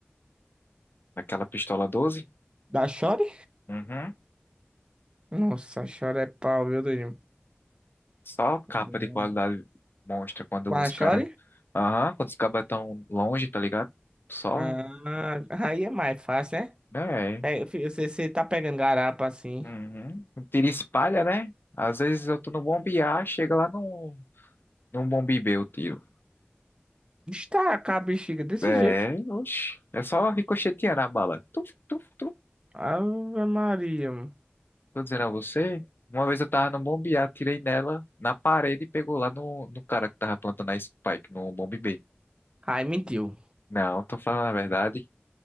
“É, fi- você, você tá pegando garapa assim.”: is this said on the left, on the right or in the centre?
Right